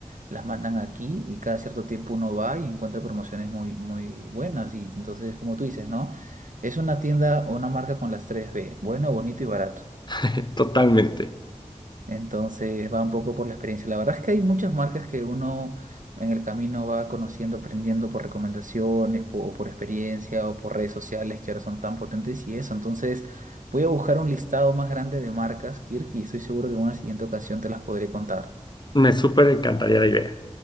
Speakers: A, on the right; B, on the left.
A: las mandan aquí y cada cierto tiempo uno va y encuentra promociones muy, muy buenas y entonces como tú dices, ¿no? Es una tienda o una marca con las tres b bueno, bonito y barato.
B: <laughs> totalmente.
A: Entonces va un poco por la experiencia. La verdad es que hay muchas marcas que uno en el camino va conociendo, aprendiendo por recomendaciones, po- o por experiencia, o por redes sociales que ahora son tan potentes y eso. Entonces voy a buscar un listado más grande de marcas, Kirk, y estoy seguro que en una siguiente ocasión te las podré contar.
B: Me súper encantaría la idea.